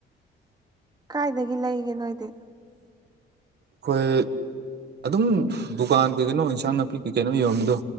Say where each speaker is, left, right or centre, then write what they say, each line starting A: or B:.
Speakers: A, on the right (about 20°); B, on the right (about 55°).
A: ꯀꯥꯏꯗꯒꯤ ꯂꯩꯒꯦ ꯅꯣꯏꯗꯤ
B: ꯀꯣꯏ ꯑꯗꯨꯝ ꯗꯨꯀꯥꯟ ꯀꯩ ꯀꯩꯅꯣ ꯏꯟꯁꯥꯡ ꯅꯥꯄꯤ ꯀꯩ ꯀꯩꯅꯣ ꯌꯣꯝꯃꯤꯗꯣ